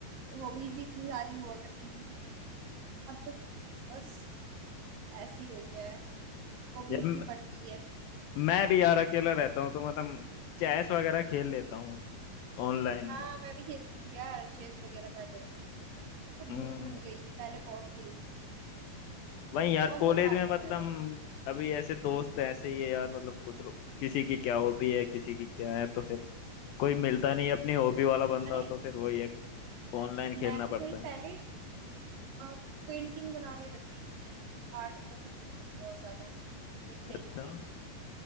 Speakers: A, on the right (about 70°); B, on the left (about 75°).
A: हॉबीज ही इतनी सारी हुआ करती थी अब तो बस ऐसे ही हो गया है हॉबीज
B: यार म-
A: भी बढ़ गई है
B: मैं भी यार अकेला रहता हूँ तो मतलब चेस वगैरह खेल लेता हूँ ऑनलाइन
A: हाँ मैं भी खेलती थी यार चेस वगैरह पहले अब तो
B: हम्म
A: भूल भूल गई पहले बहुत खेलती थी
B: वही यार
A: बहुत
B: कॉलेज
A: मजा आता
B: में मतलब
A: था यार
B: अभी ऐसे दोस्त ऐसे ही है यार मतलब कुछ लोग किसी की क्या हॉबी है किसी की क्या है तो फिर कोई मिलता नहीं है अपनी हॉबी वाला बंदा
A: अरे
B: तो फिर वही है
A: अरे
B: ऑनलाइन
A: प-
B: खेलना
A: मैं
B: पड़ता
A: तो भाई
B: है
A: पहले पेंटिंग बनाने लगती थी आर्ट्स पसंद थी मुझे बहुत ज्यादा एक टाइम
B: अच्छा
A: पे